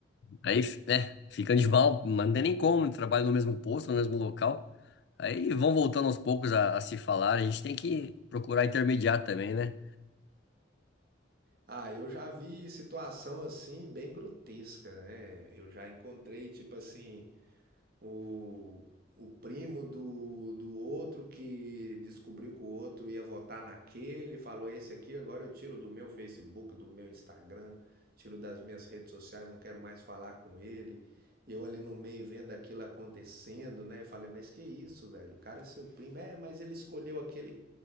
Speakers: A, on the left; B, on the right.
A: Aí, né, fica de mal, mas não tem nem como, trabalha no mesmo posto, no mesmo local. Aí vão voltando aos poucos a, a se falar, a gente tem que procurar intermediar também, né?
B: Ah, eu já vi situação assim bem grotesca, né? Eu já encontrei, tipo assim, O, o primo do, do outro que descobriu que o outro ia votar naquele, falou: Esse aqui agora eu tiro do meu Facebook, do meu Instagram, tiro das minhas redes sociais, não quero mais falar com ele. E Eu ali no meio vendo aquilo acontecendo, né? Eu falei: Mas que isso, velho? O cara é seu primo. É, mas ele escolheu aquele,